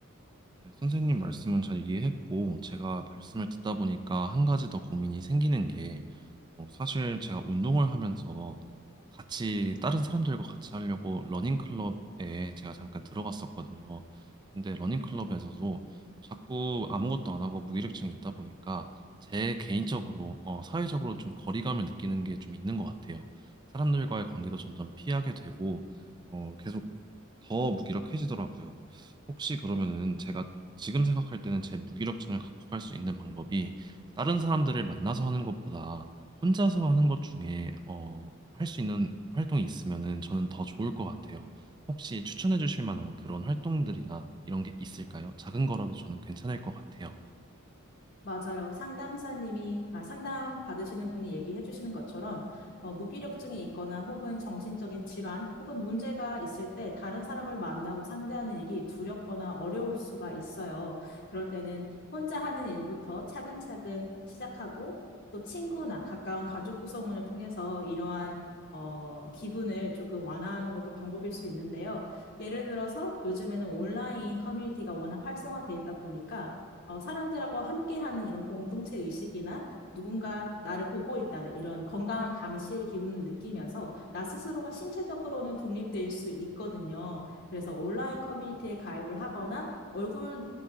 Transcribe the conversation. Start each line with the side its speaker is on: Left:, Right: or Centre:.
Right: 네, 선생님 말씀은 잘 이해했고, 제가 말씀을 듣다 보니까 한 가지 더 고민이 생기는 게, 어, 사실 제가 운동을 하면서 어, 같이, 다른 사람들과 같이 하려고 러닝클럽에 제가 잠깐 들어갔었거든요. 근데 러닝클럽에서도 자꾸 아무것도 안 하고 무기력증이 있다 보니까 제 개인적으로, 어, 사회적으로 좀 거리감을 느끼는 게 좀 있는 것 같아요. 사람들과의 관계도 점점 피하게 되고, 어, 계속 더 무기력해지더라고요. 혹시 그러면은 제가 지금 생각할 때는 제 무기력증을 극복할 수 있는 방법이 다른 사람들을 만나서 하는 것보다 혼자서 하는 것 중에 어, 할 수 있는 활동이 있으면은 저는 더 좋을 것 같아요. 혹시 추천해 주실 만한 그런 활동들이나 이런 게 있을까요? 작은 거라도 저는 괜찮을 것 같아요.
Left: 맞아요. 상담사님이, 아, 상담 받으시는 분이 얘기해 주시는 것처럼, 어, 무기력증이 있거나 혹은 정신적인 질환 혹은 문제가 있을 때 다른 사람을 만나고 상대하는 일이 두렵거나 어려울 수가 있어요. 그럴 때는 혼자 하는 일부터 차근차근 시작하고 또 친구나 가까운 가족 구성원을 통해서 이러한 어, 기분을 조금 완화하는 것도 방법일 수 있는데요. 예를 들어서 요즘에는 온라인 커뮤니티가 워낙 활성화돼 있다 보니까 어, 사람들하고 함께하는 이런 공동체 의식이나 누군가 나를 보고 있다는 이런 건강한 감시의 기분을 느끼면서 나 스스로가 신체적으로는 독립될 수 있거든요. 그래서 온라인 커뮤니티에 가입을 하거나 얼굴